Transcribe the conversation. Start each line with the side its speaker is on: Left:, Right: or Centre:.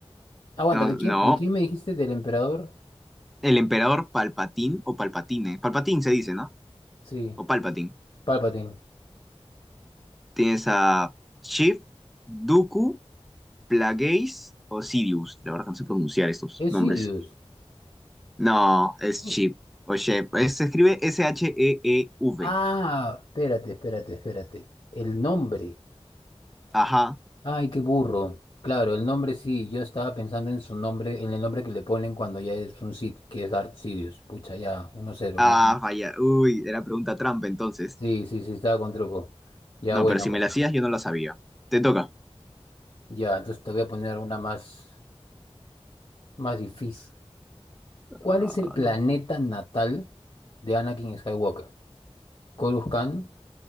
Left: Aguanta,
Centre: no,
Left: ¿de quién,
Centre: no.
Left: de quién me dijiste? ¿Del emperador?
Centre: El emperador Palpatine o Palpatine. Palpatine se dice, ¿no?
Left: Sí,
Centre: O Palpatine.
Left: Palpatine.
Centre: ¿Tienes a Sheev, Dooku, Plagueis o Sidious? La verdad que no sé pronunciar estos
Left: Es
Centre: nombres.
Left: Sidious.
Centre: No, es
Left: ¿Quién?
Centre: Sheev o Sheev. Eh, Se escribe S-H-E-E-V.
Left: Ah, espérate, espérate, espérate. El nombre.
Centre: Ajá.
Left: Ay, qué burro. Claro, el nombre sí, yo estaba pensando en su nombre, en el nombre que le ponen cuando ya es un Sith, que es Darth Sidious. Pucha, ya, uno cero.
Centre: Ah,
Left: me hago-
Centre: falla. Uy, era pregunta trampa entonces.
Left: Sí, sí, sí, estaba con truco. Ya,
Centre: No,
Left: buena,
Centre: pero si
Left: buena.
Centre: me la hacías, yo no la sabía. Te toca.
Left: Ya, entonces te voy a poner una más, más difícil. ¿Cuál
Centre: Ah,
Left: es el planeta
Centre: no.
Left: natal de Anakin Skywalker? Coruscant,